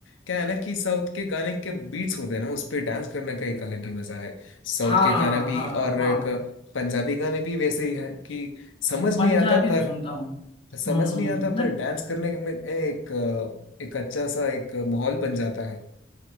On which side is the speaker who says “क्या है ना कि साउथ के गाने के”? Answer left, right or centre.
Left